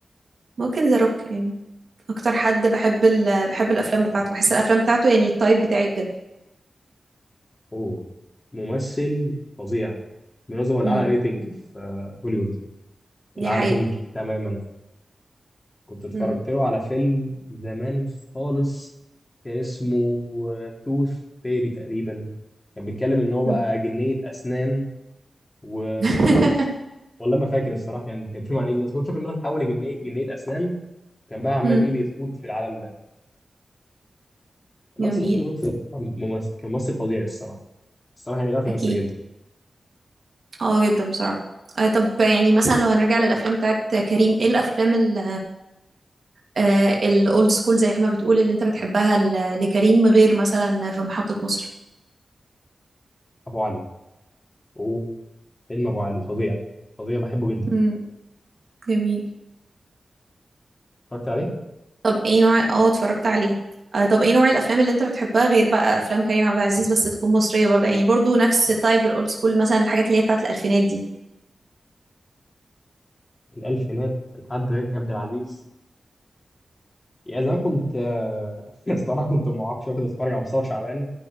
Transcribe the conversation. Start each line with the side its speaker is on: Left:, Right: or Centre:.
Right: ممكن ذا روك يعني اكتر حد بحب ال... بحب الافلام بتاعته بحس الافلام بتاعته يعني التايب بتاعي بجد
Left: هو ممثل فظيع بالمناسبة هو الاعلى
Right: مم.
Left: ريتنج في آه، هوليوود
Right: دي
Left: الاعلى
Right: حقيقة
Left: ريتنج تماما كنت اتفرجت
Right: مم.
Left: له على فيلم زمان خالص كان اسمه توث فيري تقريبا كان بيتكلم ان هو بقى
Right: مم.
Left: جنية اسنان و
Right: <laughs>
Left: والله ما فاكر الصراحه كان كان فيلم عن ايه بالظبط بس أنا فاكر ان هو اتحول لجنيه جنيه اسنان كان بقى عمال
Right: مم.
Left: ايه بيخوض في العالم ده اللي
Right: جميل
Left: هو صديق دروك ده ممثل كان ممثل فظيع الصراحه الصراحه يعني بيعرف يمثل
Right: اكيد
Left: جامد
Right: اه جدا بصراحة آه طب يعني مثلا لو هنرجع للأفلام بتاعت كريم ايه الأفلام ال آه، الأولد سكول زي ما بتقول اللي انت بتحبها ل- لكريم غير مثلا في محطة مصر
Left: ابو علي اوه فيلم ابو علي فظيع فظيع بحبه جدا
Right: امم جميل
Left: اتفرجت عليه
Right: طب ايه نوع اه اتفرجت عليه آه طب ايه نوع الأفلام اللي انت بتحبها غير بقى أفلام كريم عبد العزيز بس تكون مصرية برضه يعني برضه نفس تايب الأولد سكول مثلا الحاجات اللي هي بتاعت الألفينات دي
Left: الالفينات لحد غير عبد العزيز يا زمان كنت آه، <laughs> الصراحه كنت معاق شويه كنت اتفرج على مصطفى شعبان